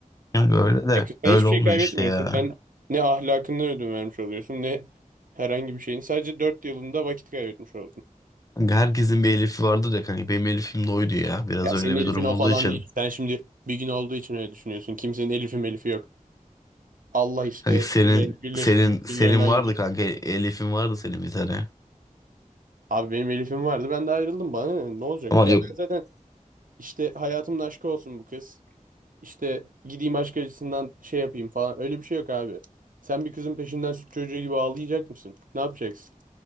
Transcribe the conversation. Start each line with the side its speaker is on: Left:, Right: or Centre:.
Left: kanka öyle de
Right: E, Sen
Left: öyle
Right: hiçbir şey
Left: olmuyor
Right: kaybetmiyorsun.
Left: işte ya.
Right: Sen ne ahlakını ödün vermiş oluyorsun ne herhangi bir şeyin. Sadece 4 yılında vakit kaybetmiş oldun.
Left: Kanka herkesin bir Elif'i vardır ya kanka. Benim Elif'im de oydu ya. Biraz
Right: Ya
Left: öyle
Right: senin Elif'in
Left: bir durum
Right: o
Left: olduğu
Right: falan
Left: için.
Right: değil. Sen şimdi bir gün olduğu için öyle düşünüyorsun. Kimsenin Elif'i melifi yok. Allah işte
Left: Kanka senin
Right: birilerini birleştirir,
Left: senin senin
Right: birilerini ayırır.
Left: vardı kanka. Elif'in vardı senin bir tane.
Right: Abi benim Elif'im vardı ben de ayrıldım bana ne, ne olacak?
Left: Ama
Right: Ya
Left: yok.
Right: ben zaten işte hayatımın aşkı olsun bu kız. İşte gideyim aşk acısından şey yapayım falan. Öyle bir şey yok abi. Sen bir kızın peşinden süt çocuğu gibi ağlayacak mısın? Ne yapacaksın?